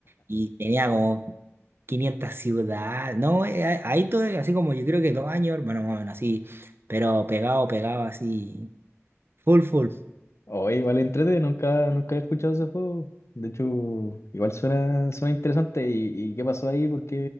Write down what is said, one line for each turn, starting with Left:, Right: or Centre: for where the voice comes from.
Right: y tenía como 500 ciudades, no, eh, ah- ahí todo, así como yo creo que dos años, bueno, más o menos así, pero pegado, pegado así, full, full.
Left: Oh, igual entrete, nunca, nunca he escuchado ese juego. De hecho, igual suena, suena interesante. ¿Y, y qué pasó ahí? ¿Por qué